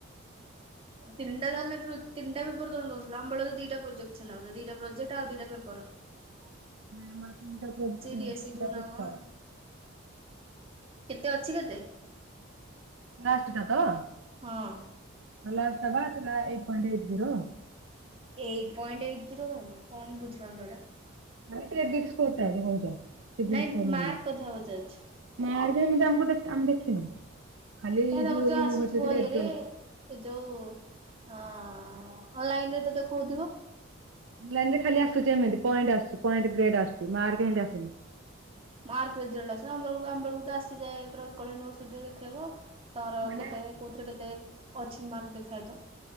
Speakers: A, on the right; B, on the right.
A: ତିନଟା ତା ହେଲେ ତିନଟାପେପର ତମେ ଦସିଲ ଆମ ବେଳେ ଦିଟା ପ୍ରୋେକ୍ଟ ଦିଟା ପ୍ରୋଜେଟ ଆଉ ଦିଟା ପେପର ପର
B: ନାଇଁ ଆମର ତିନିଟା ପେ ତିନିଟା
A: ଡିଏସି ଟୁ ନା
B: ପେପର।
A: କଣ କେତେ ଅଛି କେତେ?
B: ଲାଷ୍ଟ ଟା ତ?
A: ହଁ।
B: ହେଲ ସବା ତଥିଲା eight point eight zero.
A: Eight point eight zero one କଣ ବୁଝିପାରୁନି ତ ଏଟା।
B: <unintelligible>
A: ନାଇଁ ମାର୍କ କଥା ପଚାରୁଛି
B: <unintelligible> ଆମେ ଦେଖିନୁ। ଖାଲି
A: କାହିଁ ତମର
B: ଯୋଉ
A: ତ
B: ୟୁନିଭର୍ସିଟି
A: ଆସୁଥିବ
B: ରେଜଲ୍ଟ
A: ଇଏରେ ସେ ଯୋଉ ଅଁ ହନଲାଇନରେ ତ ଦେଖଉଥିବ।
B: ଅନଲାଇନ୍ ରେ ଖାଲି ଆସୁଛି ଏମିତି ପଏଣ୍ ଆସୁଚି ପଏଣ୍ଟ ଗ୍ରେଟ୍ ଆସୁଚି ମାର୍କ ଏମତି ଆସୁନି।
A: ମାର୍କ ରେଜଲ୍ଟ ଆସ ଆମରଲୁ ଆମେଳକୁ ତ ଆସିଯାଏ ପ୍ର ଉତ୍କଳ ୟୁନିଭର୍ସିଟିରେ ଦେଖେଇବ। ତର
B: ମାନେ
A: କେତେ କୋଉଥିରେ କେତେ ଅଛି ମାର୍କ ଦେଖାଏ ତ।